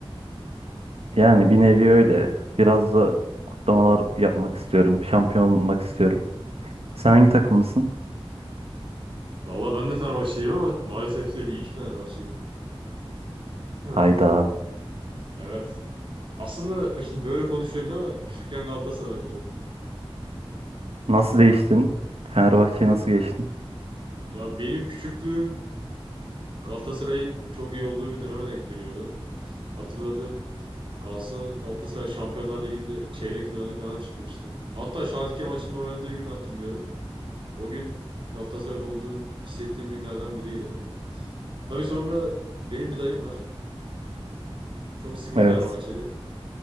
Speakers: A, on the right (about 80°); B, on the right (about 55°).
A: Yani bir nevi öyle. Biraz da kutlamalar yapmak istiyorum. Şampiyon olmak istiyorum. Sen hangi takımlısın?
B: Valla ben de Fenerbahçeliyim ama maalesef değil. İyi ki Fenerbahçeliyim. Hı.
A: Hayda.
B: Evet. Aslında <laughs> böyle konuşuyorum ama küçükken Galatasaraylıydım.
A: Nasıl değiştin? Fenerbahçe'yi nasıl geçtin?
B: Ya benim küçüklüğüm Galatasaray'ın çok iyi olduğu bir döneme denk geliyordu. Hatırladığım Galatasaray, Galatasaray Şampiyonlar Ligi'nde çeyrek finale falan çıkmıştı. Hatta Schalke maçında oynadığı günü hatırlıyorum. O gün Galatasaraylı olduğum, hissettiğim günlerden biriydi. Tabii sonra benim bir dayım var. Çok sıkı
A: Evet.
B: Fenerbahçeli.